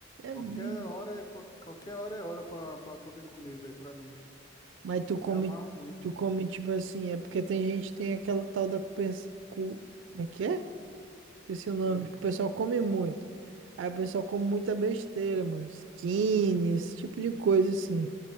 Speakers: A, on the left; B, on the right.
A: Qualquer
B: É mesmo.
A: hora é qual- qualquer hora é hora pra pra poder comer, velho, pra mim.
B: Mas tu
A: Eu
B: come,
A: me amarro muito.
B: tu come tipo assim, é porque tem gente que tem aquela tal da compensa- cu- como é que é? Esqueci o nome,
A: Que?
B: que o pessoal come muito. Aí o pessoal come muita besteira, mano, skinny, esse tipo de coisa assim.